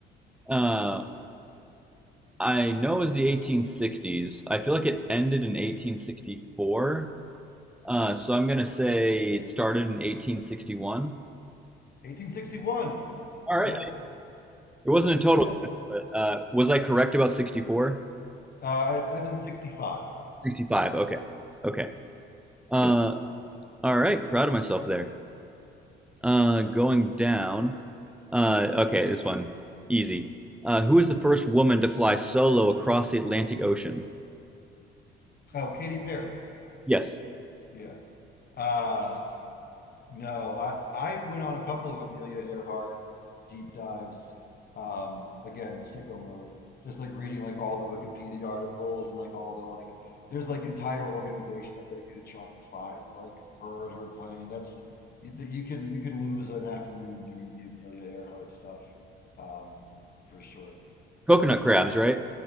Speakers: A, in the centre; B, on the left.
A: Uh, I know it was the 1860s. I feel like it ended in 1864. Uh, so I'm gonna say it started in 1861.
B: 1861.
A: All
B: Yep,
A: right. It wasn't a total
B: nailed
A: guess,
B: it.
A: but uh, was I correct about 64?
B: Uh, it ended in 65.
A: 65.
B: 65.
A: Okay. Okay.
B: Yeah.
A: Uh, all right. Proud of myself there. Uh, going down. Uh, okay, this one easy. Uh, who was the first woman to fly solo across the Atlantic Ocean?
B: yeah. Oh, Katy Perry.
A: Yes.
B: Yeah. Uh, No, I I went on a couple of Amelia Earhart deep dives. Um, again, sicko mode. Just like reading like all the Wikipedia articles and like all the like. There's like entire organization like dedicated to trying to find like her and her plane. That's you, that you can you can lose an afternoon doing the Amelia Earhart stuff, um, for sure.
A: Coconut crabs, right?